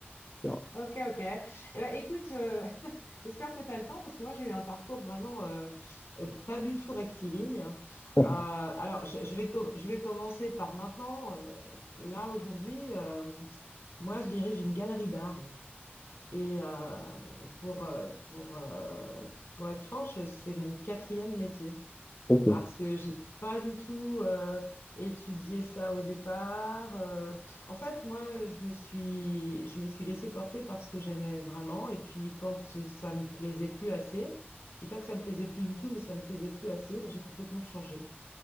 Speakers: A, on the left; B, on the left.
A: fais. Ah,
B: ok, ok. Eh ben, écoute, euh, <laughs> j'espère que tu as le temps parce que moi j'ai eu un parcours vraiment euh, euh, pas du tout rectiligne. hein.
A: <laughs>
B: Euh, alors je, je vais com- je vais commencer par maintenant. euh, là aujourd'hui, euh, moi je dirige une galerie d'art et euh, pour euh, pour euh, pour être franche, c'est mon quatrième métier.
A: Ok.
B: parce que j'ai pas du tout euh, étudié ça au départ. euh. En fait, moi, je me suis, je me suis laissée porter parce que j'aimais vraiment. Et puis, quand euh, ça me plaisait plus assez, je dis pas que ça me plaisait plus du tout, mais ça me plaisait plus assez, ben, j'ai complètement changé.